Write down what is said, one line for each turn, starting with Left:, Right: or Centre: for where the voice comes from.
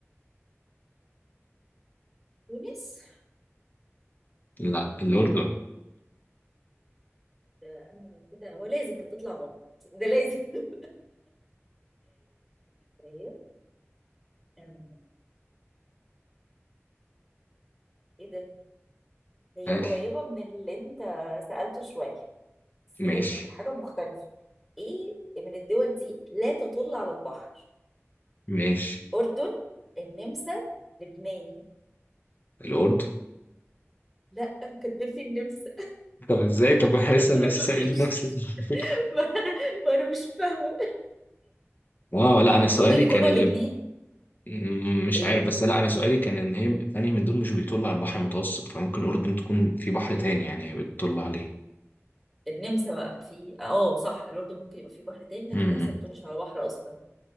Centre: تونس
Left: لا الأردن
Centre: ده انا كده هو لازم كانت تطلع غلط ده لازم <laughs> طيب أم، ايه ده هي
Left: قال
Centre: قريبة من اللي انت سألته شوية بس
Left: ماشي
Centre: هي حاجة مختلفة ايه من الدول دي لا تطل على البحر
Left: ماشي
Centre: أردن النمسا لبنان
Left: الأردن
Centre: لا كاتبين لي النمسا
Left: طب ازاي طب حاسس
Centre: <laughs>
Left: انا لسه سائل
Centre: مش-
Left: نفس الفكره
Centre: ما انا ما انا مش فاهمة
Left: اه لا انا سؤالي
Centre: ممكن يكونوا
Left: كان اللي
Centre: الاتنين
Left: م- مش
Centre: ايه
Left: عارف بس لا انا سؤالي كان ان هي انهي من دول مش بيطل على البحر المتوسط فممكن الاردن تكون في بحر تاني يعني هي بتطل عليه
Centre: النمسا بقى في اه صح الأردن ممكن يبقى في بحر تاني لكن
Left: امم
Centre: النمسا ما بتطلش على بحر أصلا